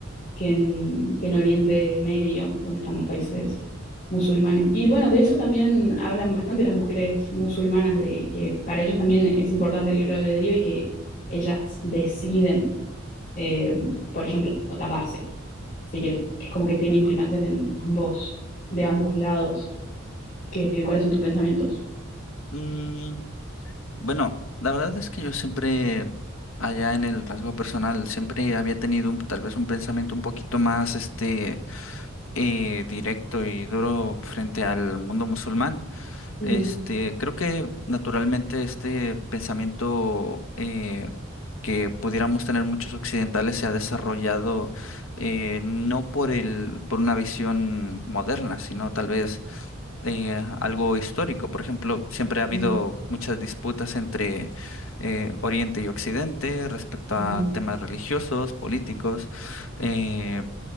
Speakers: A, on the left (about 45°); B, on the left (about 80°).
A: que en, que en Oriente Medio, donde están los países musulmanes. Y bueno, de eso también hablan bastante las mujeres musulmanas, de que para ellos también es importante el libre albedrío y que ellas deciden, eh, por ejemplo, taparse. Así que es como que tiene implicancias en ambos, de ambos lados. ¿Qué, cuáles son tus pensamientos?
B: Mm, Bueno, la verdad es que yo siempre, allá en el rasgo personal, siempre había tenido un- tal vez un pensamiento un poquito más, este, eh, directo y duro frente al mundo musulmán.
A: Mm,
B: Este, creo que naturalmente este pensamiento eh, que pudiéramos tener muchos occidentales se ha desarrollado eh, no por el, por una visión moderna, sino tal vez eh, algo histórico. Por ejemplo, siempre ha habido
A: mm,
B: muchas disputas entre eh, Oriente y Occidente respecto
A: ujú,
B: a temas religiosos, políticos. Eh,